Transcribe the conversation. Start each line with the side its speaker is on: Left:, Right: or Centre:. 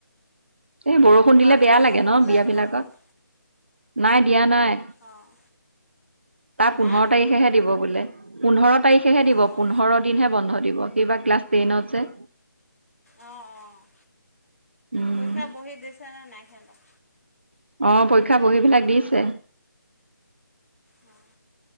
Right: এই বৰষুণ
Left: ল'ৰাটো
Right: দিলে বেয়া
Left: গৰম
Right: লাগে
Left: বন্ধ
Right: ন'
Left: দিলে
Right: বিয়া
Left: তোমালোকৰ
Right: বিলাকত। নাই দিয়া নাই।
Left: অঁ
Right: তাৰ পোন্ধৰ
Left: হা
Right: তাৰিখেহে দিব বোলে পোন্ধৰ তাৰিখেহে দিব
Left: অঁ
Right: পোন্ধৰ দিনহে বন্ধ দিব। বা ক্লাছ টেনত যে।
Left: অ', অ',
Right: উম,
Left: পৰীক্ষা বহি দিছে নে নাই সিহঁতক।
Right: অ', পৰীক্ষা পঢ়ি বিলাক দিছে।
Left: অঁ।